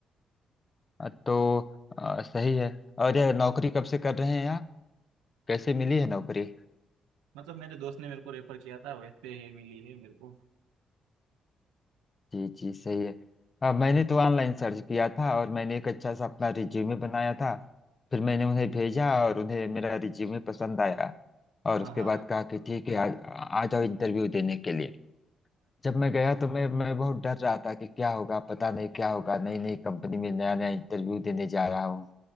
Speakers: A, on the left; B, on the right.
A: अ, तो अ, सही है और यह नौकरी कब से कर रहे हैं आप कैसे मिली है नौकरी
B: मतलब मेरे दोस्त ने मेरे को रेफर किया था वैसे ये मिली है मेरे को
A: जी जी सही है हाँ मैंने तो ऑनलाइन सर्च किया था और मैंने एक अच्छा सा अपना रिज्यूमे बनाया था फिर मैंने उन्हें भेजा और उन्हें मेरा रिज्यूमे पसंद आया और
B: हाँ
A: उसके
B: हाँ
A: बाद
B: हाँ
A: कहा कि ठीक है आज आ जाओ इंटरव्यू देने के लिए जब मैं गया तो मैं मैं बहुत डर रहा था कि क्या होगा पता नहीं क्या होगा नई नई कंपनी में नया नया इंटरव्यू देने जा रहा हूँ